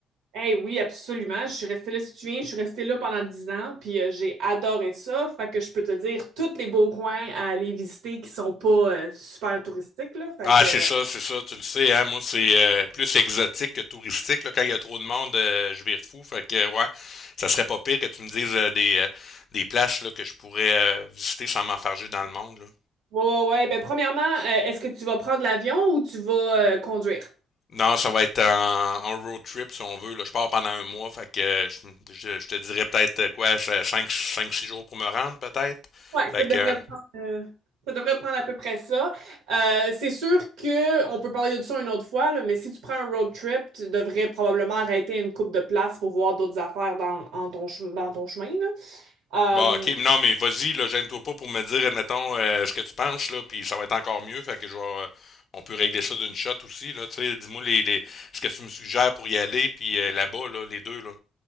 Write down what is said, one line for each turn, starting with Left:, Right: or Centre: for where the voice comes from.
Right: Hey, oui, absolument. Je suis restée là, si tu te souviens, je suis restée là pendant 10 ans, puis euh, j'ai adoré ça. Fait que je peux te dire tous les beaux coins à aller visiter qui sont pas euh, super touristiques, là. Fait
Left: Ah,
Right: que,
Left: c'est
Right: euh,
Left: ça, c'est ça, tu le sais, hein, moi c'est euh, plus exotique que touristique, là, quand il y a trop de monde, euh, je vire fou, fait que ouais, ça serait pas pire que tu me dises euh, des, euh, des places là, que je pourrais euh, visiter sans m'enfarger dans le monde, là.
Right: ouais, ouais, ouais. Ben, premièrement, euh, est-ce que tu vas prendre l'avion ou tu vas euh, conduire?
Left: Non, ça va être en, en road trip si on veut. Là. Je pars pendant un mois, fait que je, je- je te dirais peut-être euh, quoi, cinq, cinq 6 jours pour me rendre peut-être.
Right: Ouais,
Left: Fait
Right: ça
Left: que,
Right: devrait
Left: euh,
Right: prendre, euh, ça devrait prendre à peu près ça. Euh, c'est sûr que on peut parler de ça une autre fois, là, mais si tu prends un road trip, tu devrais probablement arrêter une coupe de place pour voir d'autres affaires dans, en ton, chem- dans ton chemin, là.
Left: bon, ok, non, mais vas-y, là, gêne-toi pas pour me dire, admettons, euh, ce que tu penses, là, puis ça va être encore mieux. Fait que je vais, euh, on peut régler ça d'une shot aussi, là, tu sais, dis-moi les, les, ce que tu me suggères pour y aller, puis euh, là-bas, là, les deux, là.